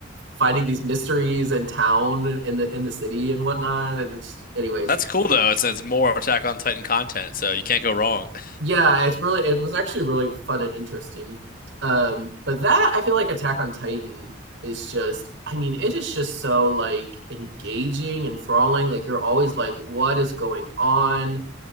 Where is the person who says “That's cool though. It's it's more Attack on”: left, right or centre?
Left